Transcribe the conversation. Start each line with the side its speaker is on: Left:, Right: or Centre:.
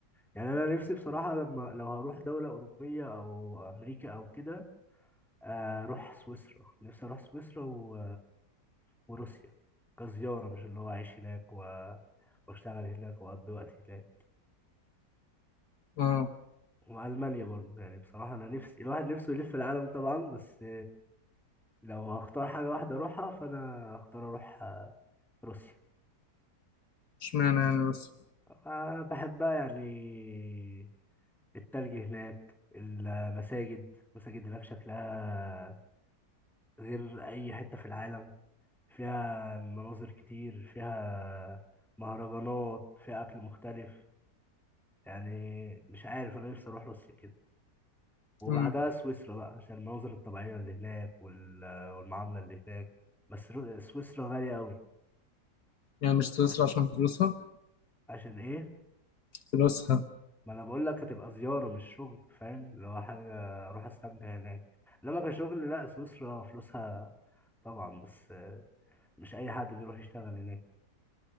Centre: يعني أنا نفسي بصراحة لما لو هروح دولة أوروبية أو أمريكا أو كده آه، أروح سويسرا نفسي أروح سويسرا و وروسيا كزيارة مش اللي هو أعيش هناك و... وأشتغل هناك وأقضي وقت هناك
Left: اه
Centre: وألمانيا برضه يعني بصراحة أنا نفسي الواحد نفسه يلف العالم طبعا بس لو هختار حاجة واحدة أروحها فأنا هختار أروح روسيا
Left: اشمعنى يعني بس
Centre: أنا بحبها يعني التلج هناك المساجد المساجد هناك شكلها غير أي حتة في العالم فيها مناظر كتير فيها مهرجانات فيها أكل مختلف يعني مش عارف انا نفسي اروح روسيا كده وبعدها
Left: امم
Centre: سويسرا بقى عشان المناظر الطبيعية اللي هناك وال- والمعاملة اللي هناك بس رو- سويسرا غالية قوي
Left: يعني مش سويسرا عشان فلوسها
Centre: عشان ايه
Left: فلوسها
Centre: ما انا بقول لك هتبقى زيارة مش شغل فاهم اللي هو حاجة اروح استمتع هناك انما كشغل لا سويسرا فلوسها طبعا بس مش اي حد بيروح يشتغل هناك